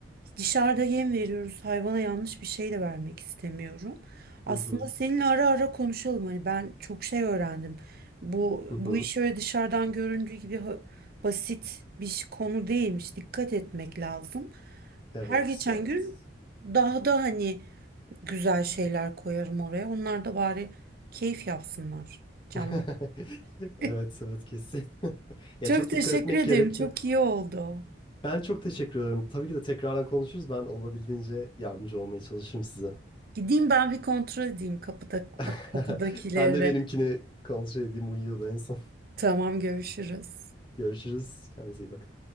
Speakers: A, on the right; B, on the left.
A: dışarıda yem veriyoruz. Hayvana yanlış bir şey de vermek istemiyorum. Aslında
B: hı hı
A: seninle ara ara konuşalım. Hani ben çok şey öğrendim. Bu
B: hı. hı.
A: bu iş öyle dışarıdan göründüğü gibi ha- basit bir ş- konu değilmiş. Dikkat etmek lazım.
B: Evet
A: Her geçen
B: evet.
A: gün daha da hani güzel şeyler koyarım oraya. Onlar da bari keyif yapsınlar canlar.
B: <laughs>
A: <laughs>
B: Evet evet kesin. <laughs> Ya
A: Çok
B: çok
A: teşekkür
B: dikkat etmek
A: ederim.
B: gerekiyor.
A: Çok iyi oldu.
B: Ben çok teşekkür ederim. Tabii ki de tekrardan konuşuruz. Ben olabildiğince yardımcı olmaya çalışırım size.
A: Gideyim ben bir kontrol edeyim kapıda
B: <laughs>
A: kapıdakileri.
B: Ben de benimkini kontrol edeyim. Uyuyordu en son.
A: Tamam görüşürüz.
B: Görüşürüz. Kendinize iyi bakın.